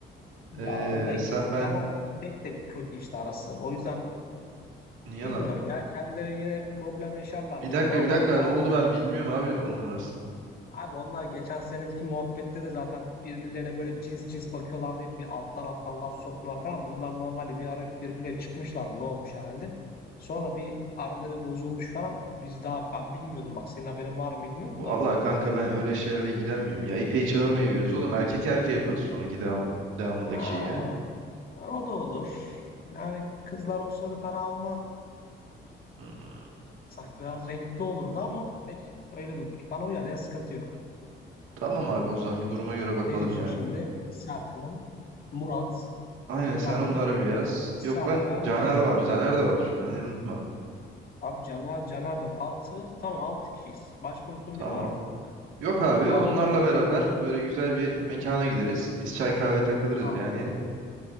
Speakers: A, on the left; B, on the right.
A: Ya
B: Eee,
A: onda
B: sen ben
A: Can abi İpek de kötü işte arası. O yüzden
B: Niye
A: bilmiyorum
B: lan?
A: ya kendileri yine problem yaşarlar
B: Bir
A: mı
B: dakika
A: orada ama
B: bir dakika
A: çağırırız.
B: ne oldu ben bilmiyorum abi onların arasında.
A: Abi onlar geçen seneki muhabbette de zaten birbirlerine böyle cins cins bakıyorlardı diye bir alttan alttan laf sokmalar falan. Bunlar normalde bir ara birbirine çıkmışlar mı ne olmuş herhalde. Sonra bir araları bozulmuş falan. Biz daha ben bilmiyordum bak senin haberin var mı bilmiyorum
B: Vallahi
A: da.
B: kanka ben öyle şeylerle ilgilenmiyorum ya. İpeyi çağırmayı veririz oğlum. Erkek erkeğe yaparız sonraki devam, devamındaki
A: Ha,
B: şeyi. ya.
A: o da olur. Yani kızlar olsa da fena olmaz.
B: Hı.
A: Sanki biraz renkli olurdu ama pek öyle de olur. Bana uyar ya sıkıntı yok.
B: Tamam abi o zaman bir duruma göre bakalım
A: Ne diyorsun
B: ya.
A: şimdi? Serkan, Murat,
B: Aynen
A: İbrahim,
B: sen onları bir yaz.
A: Sel,
B: Yok lan
A: ben
B: Caner
A: 5.
B: var. Caner de var. Caner'i unutma.
A: Abi Caner, Caner de var. 6. Tamam 6 kişiyiz. Başka unuttuğum
B: Tamam.
A: biri var mı?
B: Yok abi
A: 6
B: onlarla
A: kişi.
B: beraber böyle güzel bir mekana gideriz. Biz çay kahve takılırız
A: Tamam.
B: yani.